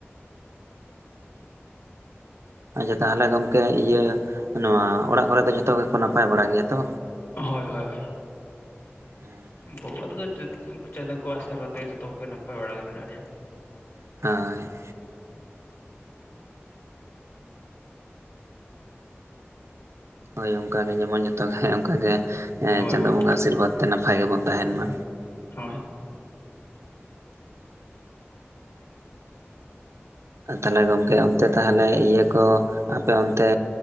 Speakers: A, on the right (about 80°); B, on the left (about 70°).
A: ᱟᱪᱷᱟ ᱛᱟᱦᱚᱞᱮ ᱜᱚᱝᱠᱮ ᱤᱭᱟᱹ ᱱᱚᱣᱟ ᱚᱲᱟᱜ ᱠᱚᱨᱮ ᱫᱚ ᱡᱚᱛᱚ ᱜᱮᱠᱚ ᱱᱟᱯᱟᱭ ᱵᱟᱲᱟ ᱜᱮᱭᱟ ᱛᱚ?
B: ᱦᱳᱭ ᱦᱳᱭ ᱦᱳᱭ ᱾
A: ᱚᱸ ᱾
B: ᱜᱚᱜᱚᱵᱟ <inaudible> ᱛᱮᱫᱚ <unintelligible> ᱪᱟᱸᱫᱳ ᱠᱚ ᱟᱥᱤᱨᱵᱟᱫ ᱛᱮ ᱡᱚᱛᱚ ᱠᱚᱜᱮ ᱱᱟᱯᱟᱭ ᱵᱟᱲᱟ ᱜᱮ ᱢᱮᱱᱟᱜ ᱞᱮᱭᱟ᱾
A: <inaudible> ᱦᱳᱭ ᱚᱱᱠᱟᱜ ᱜᱮ ᱡᱮᱢᱚᱱ ᱡᱚᱛᱚ ᱚᱱᱠᱟ ᱜᱮ
B: ᱦᱳᱭ
A: ᱪᱟᱸᱫᱳ
B: ᱦᱳᱭ
A: ᱵᱚᱸᱜᱟ ᱟᱥᱤᱨᱵᱟᱫᱽ ᱛᱮ ᱱᱟᱯᱟᱭ ᱜᱮᱵᱚᱱ ᱛᱟᱦᱮᱱ ᱢᱟ᱾
B: ᱦᱳᱭ ᱾
A: ᱛᱟᱦᱚᱞᱮ ᱜᱚᱢᱠᱮ ᱚᱱᱛᱮ ᱛᱟᱦᱚᱞᱮ ᱤᱭᱟᱹ ᱠᱚ ᱟᱯᱮ ᱚᱱᱛᱮ